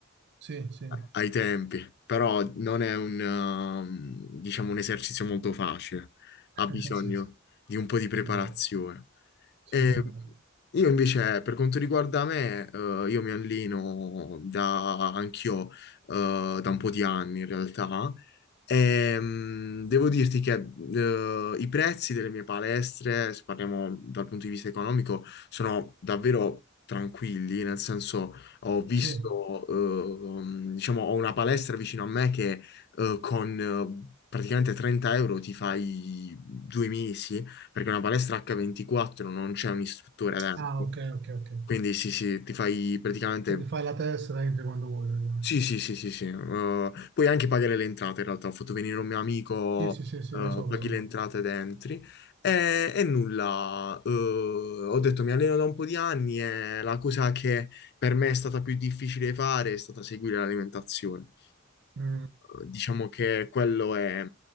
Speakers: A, on the right (about 55°); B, on the left (about 50°).
A: Sì, sì,
B: ai tempi, però non è un, ehm, diciamo, un esercizio molto facile,
A: <laughs>
B: ha bisogno
A: sì, sì,
B: di un po' di preparazione.
A: sì, vero, sì,
B: E
A: vero, vero.
B: io invece, per quanto riguarda me, eh, io mi alleno da, anch'io, eh, da un po' di anni in realtà, e, mm, devo dirti che eh, i prezzi delle mie palestre, se parliamo dal punto di vista economico, sono davvero tranquilli, nel senso ho visto,
A: Sì.
B: ehm, diciamo, ho una palestra vicino a me che eh, con eh, praticamente 30 euro ti fai due mesi, perché è una palestra H24 non c'è un istruttore dentro.
A: Ah, ok, ok, ok.
B: Quindi sì, sì, ti fai praticamente
A: Quindi fai la tessera e entri quando vuoi, praticamente.
B: sì, sì, sì, sì, sì. Eh, puoi anche pagare le entrate, in realtà. Ho fatto venire un mio amico,
A: Sì, sì, sì, sì,
B: eh,
A: lo so, lo
B: paghi
A: so.
B: le entrate ed entri. E, e nulla, eh, ho detto mi alleno da un po' di anni e la cosa che per me è stata più difficile fare è stata seguire l'alimentazione.
A: Mm,
B: Eh, diciamo che quello è,